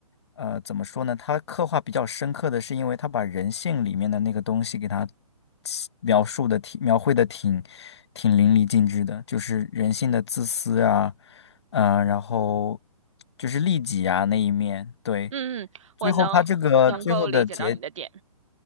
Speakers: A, on the left; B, on the right.
A: 呃怎么说呢？它刻画比较深刻的是，因为它把人性里面的那个东西给它起描述的挺描绘的挺挺淋漓尽致的，就是人性的自私啊，呃，然后就是利己啊那一面，对，
B: 嗯，嗯我能能够理解到你的点。
A: 最后它这个最后的结。